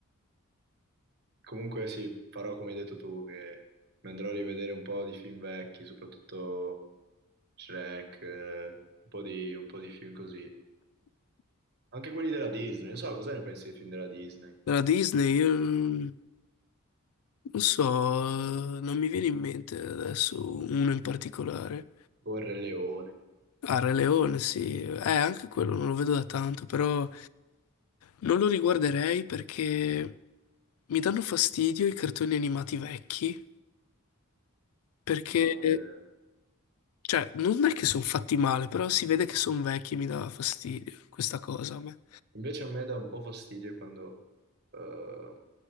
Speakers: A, on the right; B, on the left.
A: Comunque sì, farò come hai detto tu, che mi andrò a rivedere un po' di film vecchi, soprattutto Shrek, eh, un po' di, un po' di film così. Anche quelli della Disney, non so cosa ne pensi dei film della Disney,
B: Della Disney, io non so, non mi viene in mente adesso uno in particolare.
A: tipo Il Re Leone,
B: Ah, Re Leone, sì. Eh, anche quello non lo vedo da tanto, però non lo riguarderei perché mi danno fastidio i cartoni animati vecchi, perché,
A: ma per...
B: cioè, non è che sono fatti male, però si vede che sono vecchi e mi dà fastidio questa cosa a me.
A: Invece a me dà un po' fastidio quando eh,